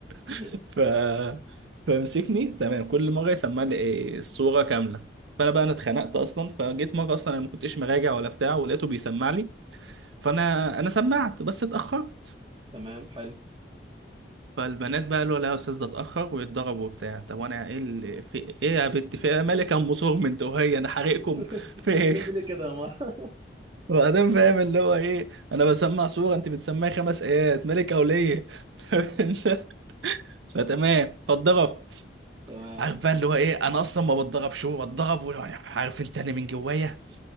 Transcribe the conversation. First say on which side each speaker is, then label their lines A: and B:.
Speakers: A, on the right (about 85°); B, on the right (about 30°).
A: <laughs>
B: <laughs>
A: ف فمسكني تمام كل مرة يسمع لي إيه، الصورة كاملة فانا بقى انا اتخنقت اصلا فجيت مره اصلا انا ما كنتش مراجع ولا بتاع ولقيته بيسمع لي فانا انا سمعت بس اتاخرت
B: تمام حلو
A: فالبنات بقى قالوا لا يا استاذ ده اتاخر ويتضرب وبتاع طب وانا ايه اللي في ايه يا بنت في إيه؟ مالك يا ام صورم انت وهي انا حارقكم
B: <laughs>
A: في
B: تكلمني
A: ايه <laughs>
B: ليه كده يا مره <laughs>
A: وبعدين فاهم اللي هو ايه انا بسمع صوره انت بتسمعي خمس ايات مالك يا وليه <laughs> انت فتمام فاتضربت
B: تمام
A: عارف بقى اللي هو ايه انا اصلا ما بتضربش هو بتضرب ولو- عارف انت انا من جوايا